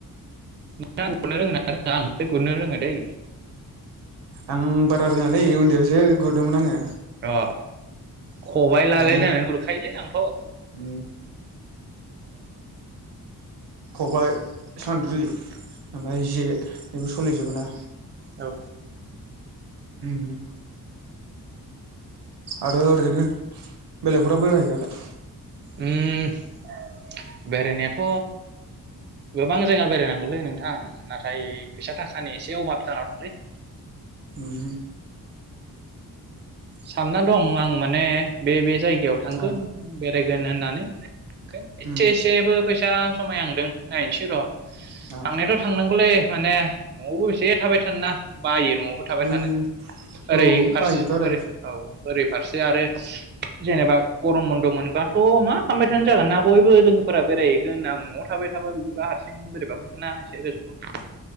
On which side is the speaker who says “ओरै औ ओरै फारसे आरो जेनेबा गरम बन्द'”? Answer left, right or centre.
Right